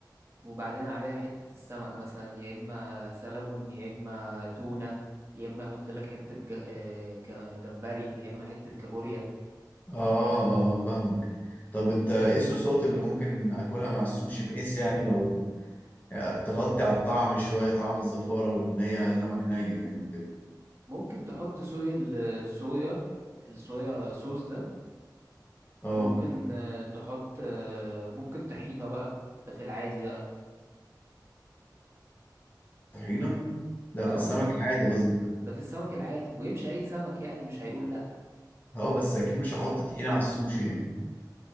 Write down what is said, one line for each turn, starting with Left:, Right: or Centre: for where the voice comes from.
Right: وبعدين عليها حتة السمك مثلا يا إما سلمون يا إما تونة يا إما يحط لك حتة ج- آه، ك- جمبري يا إما حتة كابوريا
Left: اه اه آه، فاهمك طب انت ايه الصوصات اللي ممكن اكلها مع السوشي بحيث يعني لو يعني تغطي على الطعم شوية طعم الزفارة وإن هي سمك ني يعني وكده
Right: ممكن تحط صويا الصويا الصويا صوص ده
Left: اه
Right: وممكن آه، تحط آه، ممكن طحينة بقى ده في العادي بقى
Left: طحينة ده
Right: اه
Left: في السمك العادي قصدك
Right: ده في السمك العادي ويمشي أي سمك يعني مش هيقول لأ
Left: اه بس أكيد مش هحط طحينة على السوشي يعني